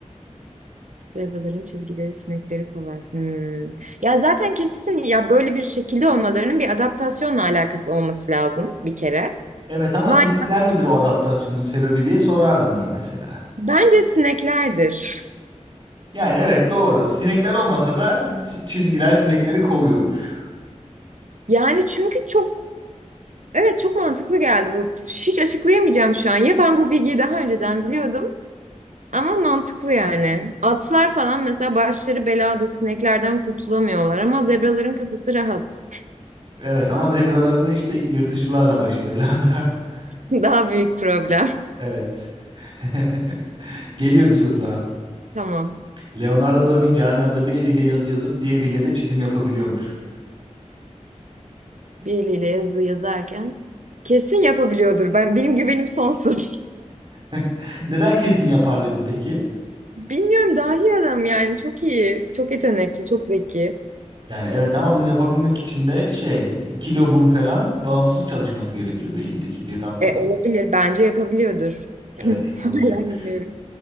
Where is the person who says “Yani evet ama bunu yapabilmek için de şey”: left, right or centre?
Right